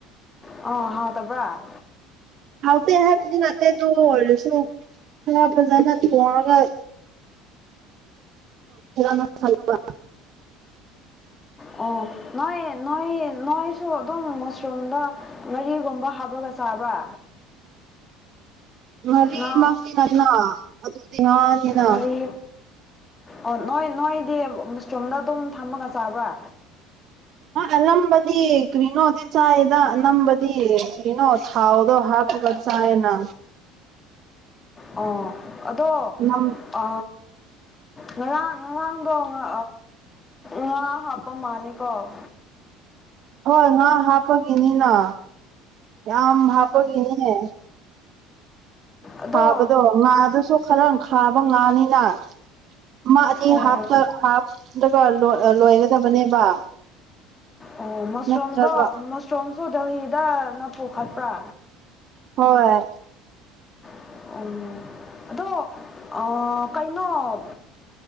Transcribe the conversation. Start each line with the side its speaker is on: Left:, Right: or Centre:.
Left: ꯑꯣ ꯍꯥꯎ ꯇꯕ꯭ꯔꯥ
Right: ꯍꯥꯎꯇ ꯍꯥꯏꯕꯗꯤ ꯅꯇꯩꯗꯨꯣ ꯑꯣꯏꯔꯁꯨ ꯈꯔ ꯐꯖꯅ ꯊꯣꯡꯉꯒ ꯅ ꯊꯪꯕ
Left: ꯑꯣ ꯅꯣꯏ ꯅꯣꯏ ꯅꯣꯏꯁꯨ ꯑꯗꯨꯝ ꯃꯁꯔꯨꯝꯗ ꯉꯥꯔꯤꯒꯨꯝꯕ ꯍꯥꯞꯄ꯭ꯔꯒ ꯆꯥꯕ꯭ꯔꯥ
Right: ꯉꯥꯔꯤꯃꯛꯇꯤ
Left: ꯉ
Right: ꯅꯠꯇꯅ ꯑꯗꯨꯗꯤ ꯉꯥꯅꯤꯅ
Left: ꯉꯔꯤ ꯑꯣ ꯅꯣꯏ ꯅꯣꯏꯗꯤ ꯃꯨꯁꯔꯨꯝꯗ ꯑꯗꯨꯝ ꯊꯝꯃꯒ ꯆꯥꯕ꯭ꯔꯥ
Right: ꯑꯂꯕꯗꯤ ꯀ꯭ꯔꯤꯅꯣꯗꯤ ꯆ ꯌꯦꯗ ꯑꯝꯕꯗꯤ ꯀꯩꯅꯣ ꯊꯥꯎꯗꯣ ꯍꯥꯞꯄꯒ ꯆꯥꯏꯅ
Left: ꯑ ꯑꯗꯣ
Right: ꯅꯝ
Left: ꯑ ꯉꯔꯥꯡ ꯉꯔꯥꯡꯗꯣ ꯉ ꯉꯥ ꯍꯥꯞꯄ ꯃꯥꯜꯂꯦꯀꯣ <unintelligible>
Right: ꯍꯣꯏ ꯉꯥ ꯍꯥꯞꯄꯒꯤꯅꯤꯅ ꯌꯥꯝ ꯍꯥꯞꯄꯒꯤꯅꯦ
Left: ꯑꯗꯣ
Right: ꯊꯥꯕꯗꯣ ꯉꯥꯗꯨꯁꯨ ꯈꯔ ꯈꯥꯕ ꯉꯥꯅꯤꯅ ꯑꯃ ꯑꯅꯤ
Left: ꯑꯣ
Right: ꯍꯥꯞꯇ ꯍꯥꯞꯂꯒ ꯂꯣꯏꯒꯗꯕꯅꯦꯕ
Left: ꯑꯣ ꯃꯁꯔꯨꯝꯗꯣ
Right: ꯅꯠꯇ꯭ꯔꯕ
Left: ꯃꯁꯔꯨꯝꯁꯨ ꯗꯦꯜꯍꯤꯗꯅ ꯄꯨꯈꯠꯄ꯭ꯔꯥ
Right: ꯍꯣꯏ
Left: ꯎ ꯑꯗꯣ ꯀꯩꯅꯣꯠꯠ